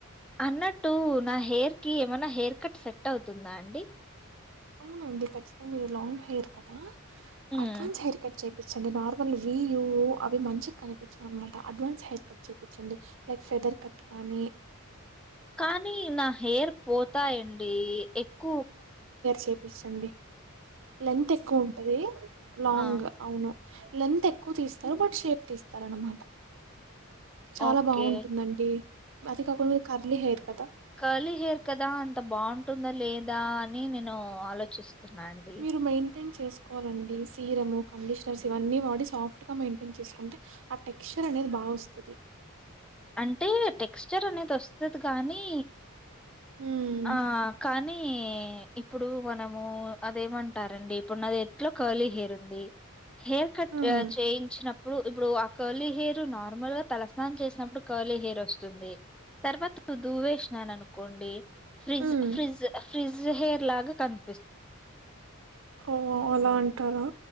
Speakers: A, in the centre; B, on the right.
A: అన్నట్టు నా హెయిర్ కి ఏమన్నా హెయిర్ కట్ సెట్ అవుతుందా అండి.
B: అవునండి ఖచ్చితంగా మీది లాంగ్ హెయిర్ కదా
A: హ్మ్.
B: అడ్వాన్స్ హెయిర్ కట్ చేపించండి నార్మల్ వి యూ అవి మంచిగా కనిపించవు అనమాట, అడ్వాన్స్ హెయిర్ కట్ చేయించండి లైక్ ఫెదర్ కట్ కానీ
A: కాన్ నీ నా హెయిర్ పోతాయండి ఎక్కువ్
B: చేపిచండి లెంత్ ఎక్కువ ఉంటది లాంగ్
A: ఆ!
B: అవును లెంత్ ఎక్కువ తీస్తారు బట్ షేప్ తీస్తారు అనమాట చాలా
A: ఓకే.
B: బాగుంటుందండి అది కాకుండా మీకు కర్లీ హెయిర్ కదా
A: కర్లీహేర్ కదా అంత బావుంటుంద లేదా అని నేను ఆలోచిస్తున్న అవునా అండి
B: మీరు మెయింటైన్ చేసుకోవాలండి. సీరము, కండిషనర్స్ ఇవన్నీ వాడీ సాఫ్ట్ గా మెయింటైన్ చేసుకుంటే ఆ టెక్స్చర్ అనేది బావస్తది.
A: అంటే టెక్స్చర్ అనేది వస్తే వస్తది కానీ
B: హ్మ్
A: ఆ కానీ నీ ఇప్పుడు మనము అదేమంటారండి ఇప్పుడు నాది ఎట్లో కర్లీ హెయిర్ ఉంది హెయిర్ కట్
B: హ్మ్
A: ఆ చేయించినప్పు ఇప్పుడు ఇప్పుడు ఆ కర్లీ హెయిర్ నార్మల్ గా తలస్నానం చేసినప్పుడు కర్లీ హెయిర్ వస్తుంది తర్వాత దువ్వేసినాననుకోండి ఫ్రీజ్
B: హ్మ్
A: ఫ్రిజ్ ఫ్రిజ్ హెయిర్ లాగకని
B: ఓ అలా అంటారా